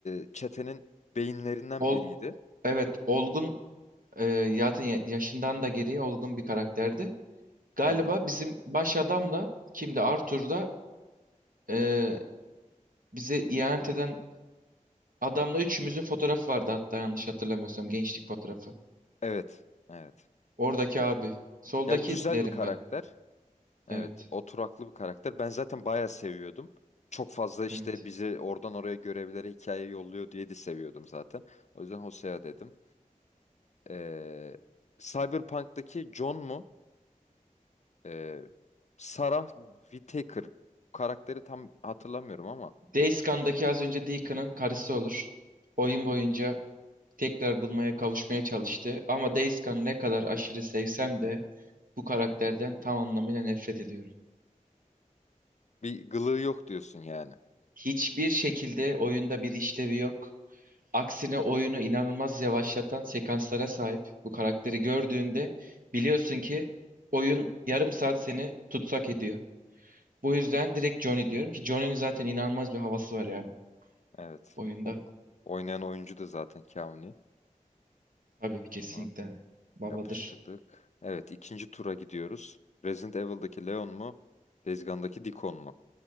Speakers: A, on the left; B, on the right.
A: E, çetenin beyinlerinden
B: Ol
A: biriydi.
B: evet. Olgun e, zaten ya- yaşından da geriye olgun bir karakterdi. Galiba
A: Hı hı.
B: bizim baş adamla kimdi? Arthur'da e, bize ihanet eden adamla üçümüzün fotoğrafı vardı hatta yanlış hatırlamıyorsam gençlik fotoğrafı.
A: Evet. Evet.
B: Oradaki abi. Soldaki
A: Ya güzel
B: derim
A: bir karakter.
B: ben.
A: Evet,
B: Evet.
A: oturaklı bir karakter. Ben zaten bayağı seviyordum. Çok fazla işte
B: Evet.
A: bizi oradan oraya görevlere hikaye yolluyor diye de seviyordum zaten. O yüzden Hosea dedim. Ee, Cyberpunk'taki John mu? Ee, Sarah Whittaker. Karakteri tam hatırlamıyorum ama.
B: Dayscan'daki az önce Deacon'ın karısı olur. Oyun
A: ha,
B: boyunca tekrar bulmaya kavuşmaya çalıştı. Ama Dayscan ne kadar aşırı sevsem de bu karakterden tam anlamıyla nefret ediyorum.
A: Bir gılığı yok diyorsun yani.
B: Hiçbir şekilde oyunda bir işlevi yok. Aksine oyunu inanılmaz yavaşlatan sekanslara sahip. Bu karakteri gördüğünde biliyorsun ki oyun yarım saat seni tutsak ediyor. Bu yüzden direkt Johnny diyorum ki Johnny'nin zaten inanılmaz bir havası var yani
A: Evet.
B: oyunda.
A: O, oynayan oyuncu da zaten Keanu.
B: Tabii kesinlikle
A: Tamam.
B: babadır.
A: Yapıştırdık. Evet, ikinci tura gidiyoruz. Resident Evil'daki Leon mu? Days Gone'daki Deacon mu?